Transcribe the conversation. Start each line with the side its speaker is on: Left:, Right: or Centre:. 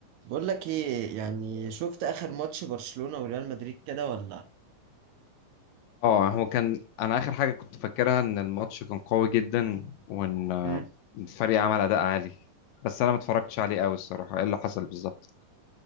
Right: بقول لك ايه يعني شفت اخر ماتش برشلونة وريال مدريد كده ولا
Left: اه هو كان انا اخر حاجه كنت فاكرها ان الماتش كان قوي جدا وان آه،
Right: مم.
Left: الفريق عمل اداء عالي بس انا ما اتفرجتش عليه قوي الصراحه ايه اللي حصل بالظبط